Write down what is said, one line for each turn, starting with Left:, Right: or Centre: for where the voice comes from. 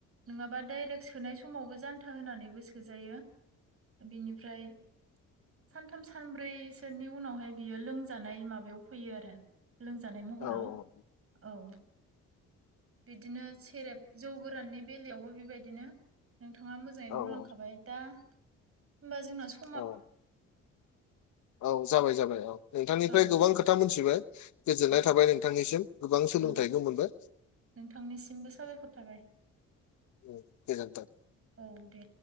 Right: नङाबा डायरेक्ट सोनाय समावबो जानथा होनानैबो सोजायो बिनिफ्राय सानथाम सानब्रैसोनि उनावहाय बियो लोंजानाय माबायाव फैयो आरो लोंजानाय महराव
Left: औ
Right: औ बिदिनो सेरेब जौ गोराननि बेलायावबो बेबायदिनो नोंथाङा मोजाङै
Left: औ
Right: बुंलांखाबाय
Left: औ
Right: दा होमबा जोंना स
Left: औ औ औ जाबाय जाबाय औ नोंथांनिफ्राय
Right: औ
Left: गोबां खोथा मोनथिबाय गोजोननाय
Right: औ
Left: थाबाय नोंथांनिसिम गोबां सोलोंथाइबो
Right: औ
Left: मोनबाय
Right: नोंथांनिसिमबो साबायखर थाबाय
Left: उम गोजोनथों।
Right: औ दे